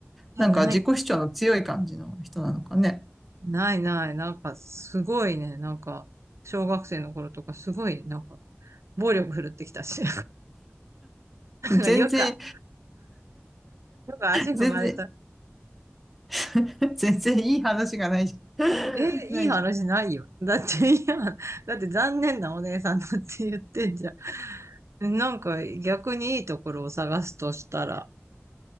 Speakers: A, on the right; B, in the centre.
A: いや、
B: なんか自己主張の強い感じの人なのかね。
A: ない、ないない、なんか、すごいね、なんか、小学生の頃とか、すごい、なんか、暴力振るってきたし。<laughs>
B: 全然、
A: よか、よか足踏まれた。
B: 全然、<laughs> 全然いい話がないじゃん。
A: え、
B: <laughs> ないじゃん。
A: いい話ないよ。だって、いや、だって残念なお姉さんだって言ってんじゃん。なんか逆にいいところを探すとしたら、